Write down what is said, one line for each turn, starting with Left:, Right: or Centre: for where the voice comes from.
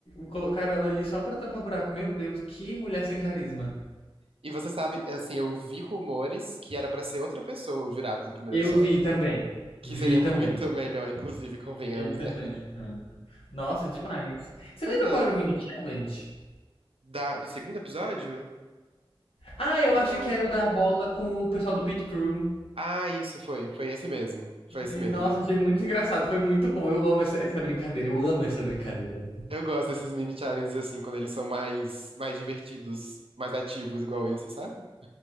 Left: Colocaram ela ali só pra tampar buraco. Meu Deus, que mulher sem carisma.
Right: E você sabe, é assim, eu vi rumores que era pra ser outra pessoa o jurado do primeiro
Left: Eu
Right: episódio.
Left: vi também.
Right: Que
Left: Vi
Right: seria
Left: também.
Right: muito melhor, inclusive, convenhamos,
Left: Vi também.
Right: né?
Left: aham. Nossa, demais. Você
Right: Pois
Left: lembra
Right: é.
Left: qual era o mini challenge?
Right: Da, do segundo episódio?
Left: Ah, eu
Right: Ai.
Left: acho que era o da bola com o pessoal do Pit Crew.
Right: Ah, isso foi. Foi esse mesmo. Foi esse
Left: E,
Right: mesmo.
Left: Nossa, achei muito engraçado. Foi muito bom. Eu amo essa, essa brincadeira. Eu amo essa brincadeira.
Right: Eu gosto desses mini challenges assim, quando eles são mais mais divertidos, mais ativos, igual esse, sabe?